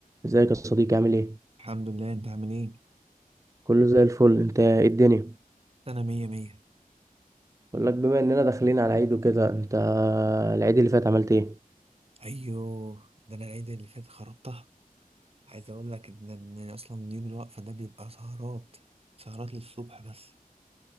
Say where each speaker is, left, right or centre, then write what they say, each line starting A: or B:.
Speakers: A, on the right; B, on the right.
A: ازيك يا صديقي عامل ايه
B: الحمد لله انت عامل ايه؟
A: كله زي الفل انت ايه الدنيا
B: انا مية مية
A: بقول لك بما اننا داخلين على عيد وكده انت العيد اللي فات عملت ايه
B: ايوه ده انا العيد اللي فات خربتها عايز اقول لك ان إن اصلا يوم الوقفة ده بيبقى سهرات سهرات للصبح بس